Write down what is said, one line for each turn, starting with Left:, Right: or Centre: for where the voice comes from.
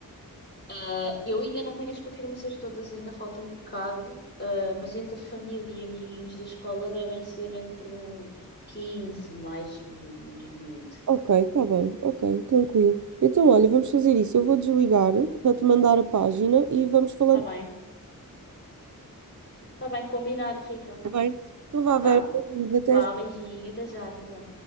Left: Ah, eu ainda não tenho as confirmações todas, ainda falta um bocado, ah, mas entre família e amiguinhos da escola devem ser entre um 15, mais miúdo, menos miúdo.
Right: Ok, está bem, ok, tranquilo. Então, olha, vamos fazer isso. Eu vou desligar para te mandar a página e vamos falando.
Left: Tá bem, tá bem, combinado, Rita.
Right: Está bem? Então, vá,
Left: Tá?
Right: Vera, beijinhos, até
Left: Vá,
Right: já.
Left: beijinho, até já, até já.